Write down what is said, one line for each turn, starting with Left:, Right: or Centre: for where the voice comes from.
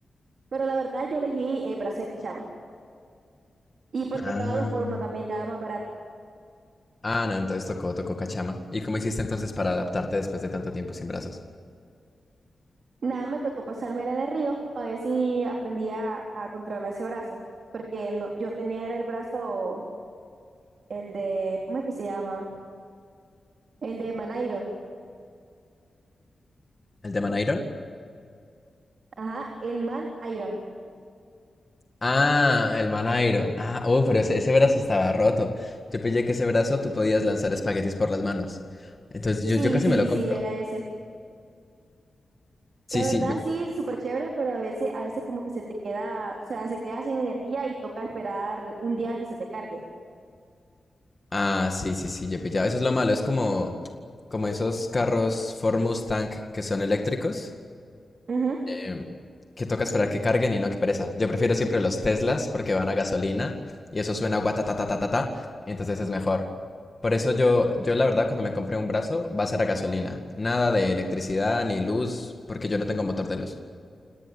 Right: Pero la verdad yo elegí el brazo de cachama. Y porque
Left: Ah,
Right: estaba dos por uno también estaba más barato.
Left: ah, no, entonces tocó, tocó cachama. ¿Y cómo hiciste entonces para adaptarte después de tanto tiempo sin brazos?
Right: Nada, me tocó pasármela en el río a ver si aprendía a controlar ese brazo. Porque no, yo tenía era el brazo, el de, ¿cómo es que se llama? El de Man Iron.
Left: ¿El de Man Iron?
Right: Ajá, el Man Iron.
Left: Ah, el Man Iron. Ah, oh, pero ese, ese brazo estaba roto. Yo pillé que ese brazo tú podías lanzar espaguetis por las manos. Entonces yo,
Right: Sí,
Left: yo casi
Right: sí,
Left: me lo
Right: sí,
Left: compro.
Right: era ese.
Left: Sí,
Right: La
Left: sí,
Right: verdad
Left: yo-
Right: sí, súper chévere, pero a veces, a veces como que se te queda, o sea, se queda sin energía y toca esperar un día que se te cargue.
Left: Ah, sí, sí, sí, yo pillaba. Eso es lo malo, es como, como esos carros Ford Mustang que son eléctricos.
Right: Ujú.
Left: em, que toca esperar que carguen y no que pereza. Yo prefiero siempre los Teslas porque van a gasolina y eso suena guatatatatata, entonces es mejor. Por eso yo, yo la verdad cuando me compré un brazo va a ser a gasolina. Nada de electricidad ni luz porque yo no tengo motor de luz.